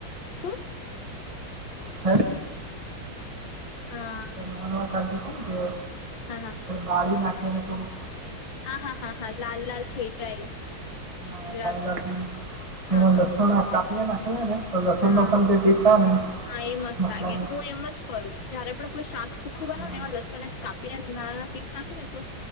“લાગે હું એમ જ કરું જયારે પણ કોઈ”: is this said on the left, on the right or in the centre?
Left